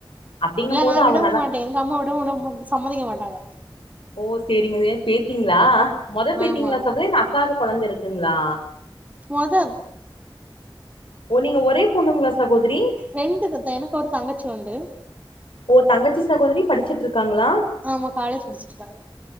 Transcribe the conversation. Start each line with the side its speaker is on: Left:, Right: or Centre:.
Left: அப்படிங்கும்
Right: இல்ல
Left: போது
Right: நா
Left: அவ
Right: விடவு
Left: நல்லா
Right: மாட்டே எங்க அம்மா விடவு சம்மதிக்க மாட்டே ஆ
Left: ஓ சரிங்க பேசீனிங்களா மொத பேயித்திகளா
Right: ஆமா
Left: சதோத்ரி இல்ல அக்காக்கு கொழந்த இருக்குங்களா
Right: மொத
Left: ஓ நீங்க ஒரே பொண்ணுங்களா சகோதரி
Right: ரெண்டு <unintelligible> எனக்கு ஒரு தங்கச்சி உண்டு
Left: ஓ தங்கச்சி சகோதரி படிச்சிட்டு இருக்காங்களா
Right: ஆமா காலேஜ் படிச்சிற்றிக்காங்க